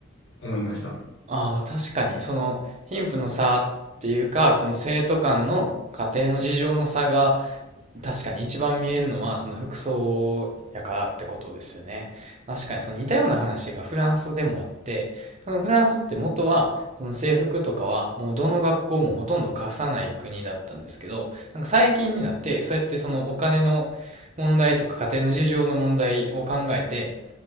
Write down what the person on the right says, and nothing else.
ああ、確かに、その貧富の差っていうか、その生徒間の家庭の事情の差が確かに一番見えるのはその服装やからってことですよね。確かにその似たような話がフランスでもあって、そのフランスって元はその制服とかはもうどの学校もほとんど貸さない国だったんですけど、なんか最近になってそうやってそのお金の問題とか家庭の事情の問題を考えて、